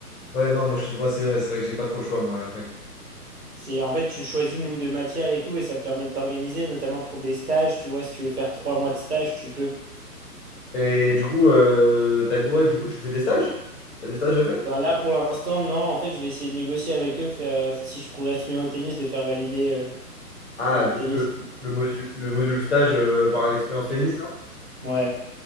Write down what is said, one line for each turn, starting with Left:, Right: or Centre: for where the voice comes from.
Left: Ouais, non, moi, je- moi c'est vrai, c'est vrai que j'ai pas trop le choix, moi, à la fac.
Right: C'est, en fait, tu choisis le nombre de matières et tout, et ça te permet de t'organiser, notamment pour des stages, tu vois, si tu veux faire trois mois de stage, tu peux.
Left: Et du coup, euh, t'as- ouais, du coup, tu fais des stages? T'as des stages à faire?
Right: Bah là, pour l'instant, non. En fait, je vais essayer de négocier avec eux, faire, si je progresse bien au tennis, de faire valider euh,
Left: Ah,
Right: le
Left: de-
Right: tennis.
Left: le,
Right: que
Left: le module, le module stage euh, par l'expérience
Right: j'ai-
Left: tennis, hein.
Right: Ouais.